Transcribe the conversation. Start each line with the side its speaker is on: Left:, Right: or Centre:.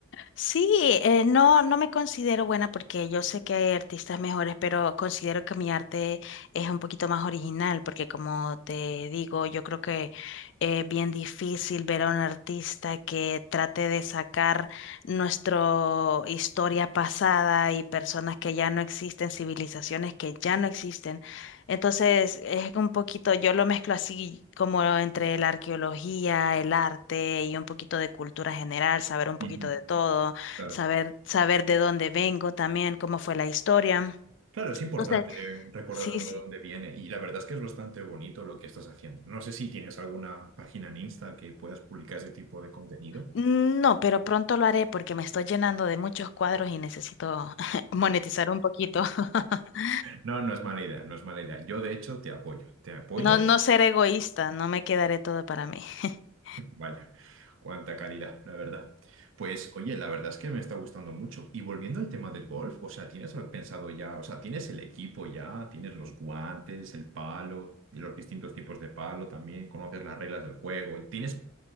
Left: Sí, eh, no, no me considero buena porque yo sé que hay artistas mejores, pero considero que mi arte es un poquito más original, porque como te digo, yo creo que es bien difícil ver a un artista que trate de sacar nuestra historia pasada y personas que ya no existen, civilizaciones que ya no existen. Entonces, es un poquito, yo lo mezclo así como entre la arqueología, el arte y un poquito de cultura general, saber un poquito
Right: Ujú,
Left: de todo,
Right: claro.
Left: saber, saber de dónde vengo también, cómo fue la historia.
Right: Claro, es importante
Left: Entonces,
Right: recordar
Left: sí,
Right: de dónde,
Left: sí.
Right: dónde viene y la verdad es que es bastante bonito lo que estás haciendo. No sé si tienes alguna página en Insta que puedas publicar ese tipo de contenido.
Left: No, pero pronto lo haré porque me estoy llenando de muchos cuadros y necesito <laughs> monetizar un poquito. <laughs>
Right: No, no es mala idea, no es mala idea. Yo de hecho te apoyo, te apoyo.
Left: No, no ser egoísta, no me quedaré todo para mí. <laughs>
Right: Vaya, cuánta calidad, la verdad. Pues oye, la verdad es que me está gustando mucho. Y volviendo al tema del golf, o sea, ¿tienes algo pensado ya? O sea, ¿tienes el equipo ya? ¿Tienes los guantes, el palo y los distintos tipos de palo también? ¿Conoces las reglas del juego? ¿Tienes